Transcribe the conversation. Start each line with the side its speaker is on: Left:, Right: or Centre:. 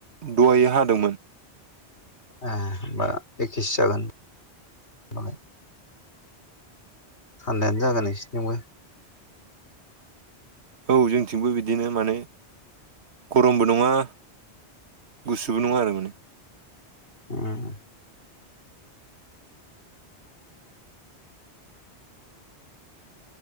Right: दहायो हादोंमोन।
Left: ए होमबा एकेसो जागोन बालाय। थान्दायानो जागोन नोंसिथिंबो।
Right: औ जोंथिंबो बिदिनो माने गरमबो नङा गुसुबो नङा आरो माने।
Left: ओम